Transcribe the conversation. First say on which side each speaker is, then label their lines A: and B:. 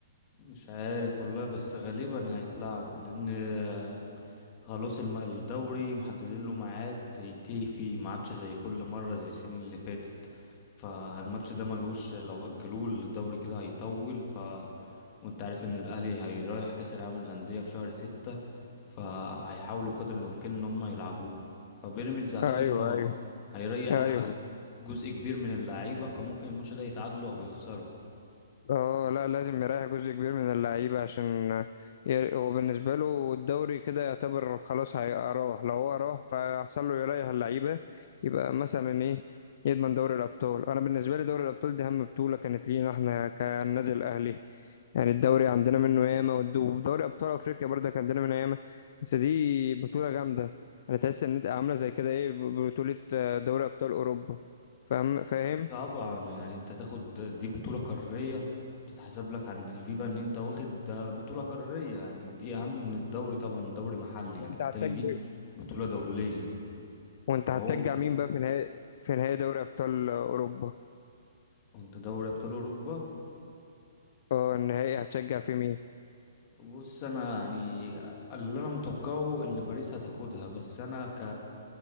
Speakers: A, on the left; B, on the left.
A: مش عارف والله بس غالبا هيتلعب لان آه، خلاص الم- الدوري محددين له ميعاد ينتهي فيه ما عادش زي كل مرة زي السنين اللي فاتت فالماتش ده ملوش لو أجلوه الدوري كده هيطول ف وانت عارف ان الاهلي هيرايح كاس العالم للأندية في شهر ستة فهيحاولوا بقدر الامكان ان هم يلعبوه فبيراميدز اعتقد
B: ايوه
A: انه
B: ايوه
A: هيريح
B: ايوه
A: جزء كبير من اللعيبة فممكن الماتش ده يتعادلوا او يخسروا
B: اه لا لازم يريح جزء كبير من اللعيبة عشان ي- هو بالنسبة له الدوري كده يعتبر خلاص هيروح لو هو راح فيحصل له يريح اللعيبة يبقى مثلا ايه يضمن دوري الأبطال أنا بالنسبة لي دوري الأبطال دي أهم بطولة كانت لينا احنا كالنادي الأهلي يعني الدوري عندنا منه ياما والد- ودوري أبطال أفريقيا برضه كان عندنا منه ياما بس دي بطولة جامدة أنا تحس إن إنت عاملة زي كده ايه بطولة آه، دوري أبطال أوروبا فاهم فاهم؟
A: طبعا يعني انت تاخد دي بطولة قارية تتحسب لك عند الفيفا ان انت واخد ده بطولة قارية يعني دي اهم من الدوري طبعا دوري محلي
B: وأنت
A: لكن التانية
B: هتشجع
A: دي بطولة دولية
B: وانت
A: فهو
B: هتشجع مين بقى في نهائي في نهائي دوري ابطال اوروبا
A: انت دوري ابطال اوروبا
B: اه النهائي هتشجع في مين
A: بص انا يعني اللي انا متوقعه ان باريس هتاخدها بس انا ك